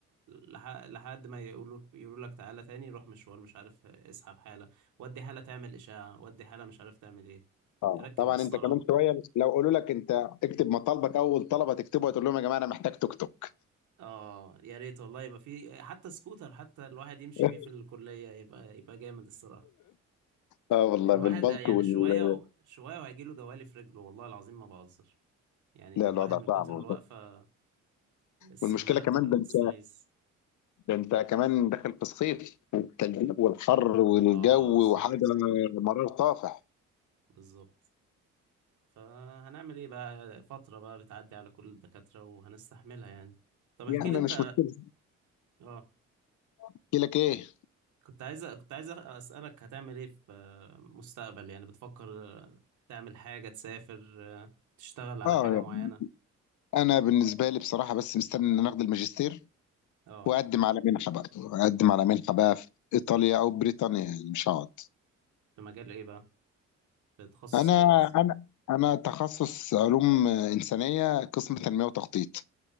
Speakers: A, on the right (about 75°); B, on the left (about 75°).
A: لح- لحد ما يقولوا يقولوا لك تعالى تاني روح مشوار مش عارف اسحب حالة ودي حالة تعمل إشاعة ودي حالة مش عارف تعمل ايه
B: اه
A: ركب
B: طبعا
A: قسطرة
B: انت كمان شويه لو قالوا لك انت اكتب مطالبك اول طلبه تكتبه هتقول لهم يا جماعه انا محتاج توك توك
A: اه يا ريت والله يبقى في حتى سكوتر حتى الواحد يمشي
B: <laughs>
A: بيه في الكلية يبقى يبقى جامد الصراحة
B: اه والله
A: الواحد
B: بالبلط
A: يعني
B: وال
A: شوية و- شوية وهيجيله دوالي في رجله والله العظيم ما بهزر يعني
B: لا
A: الواحد
B: الوضع
A: من كتر
B: صعب والله.
A: الوقفة السمانة
B: والمشكله كمان
A: بتبقى
B: ده
A: بتستغيث
B: انت ده انت كمان داخل في الصيف والتلزيق والحر والجو
A: اه بالظبط
B: وحاجه مرار طافح
A: بالظبط فهنعمل ايه بقى فترة بقى بتعدي على كل الدكاترة وهنستحملها يعني طب احكي
B: يا عم
A: لي انت
B: مش مشكلة
A: اه
B: احكي لك ايه
A: كنت عايز كنت عايز اسألك هتعمل ايه في آه، مستقبل يعني بتفكر آه، تعمل حاجة تسافر آه، تشتغل على
B: اه
A: حاجة
B: يعني
A: معينة
B: انا بالنسبة لي بصراحة بس مستني ان انا اخد الماجستير
A: اه
B: واقدم على منحة بقى اقدم على منحة بقى في ايطاليا او بريطانيا يعني مش هقعد
A: في مجال ايه بقى في تخصص
B: انا
A: ايه قصدي
B: انا انا تخصص علوم انسانية قسم تنمية وتخطيط